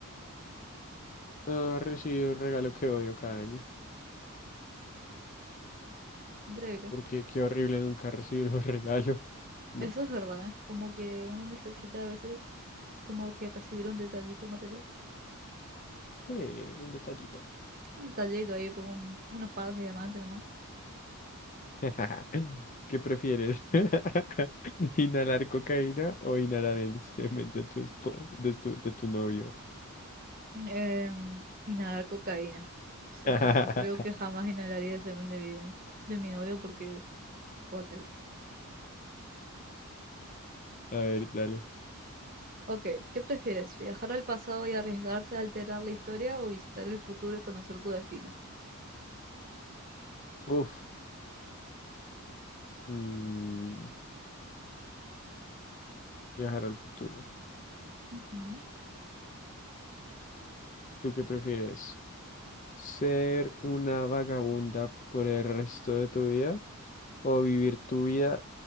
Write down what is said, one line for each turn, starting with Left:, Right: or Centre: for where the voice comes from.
Left: Ah, recibí un regalo que odio cada año.
Right: Increíble.
Left: Porque qué horrible nunca recibir un <laughs> regalo, ¿no?
Right: Eso es verdad, ¿eh? Como que uno necesita a veces como que recibir un detallito material.
Left: Eh, un detallito.
Right: Un detallito ahí por un- unos pares de diamantes nomás.
Left: <laughs> ¿Qué prefieres? <laughs> ¿Inhalar cocaína o inhalar el semen de tu espo- de tu, de tu novio?
Right: Em, inhalar cocaína. O sea,
Left: <laughs>
Right: yo creo que jamás inhalaría el semen de mi, de mi novio porque guacale.
Left: A ver, dale.
Right: Ok, ¿qué prefieres? ¿Viajar al pasado y arriesgarse a alterar la historia o visitar el futuro y conocer tu destino?
Left: Uf, mm, viajar al futuro.
Right: Ujú.
Left: ¿Tú qué prefieres? ¿Ser una vagabunda por el resto de tu vida o vivir tu vida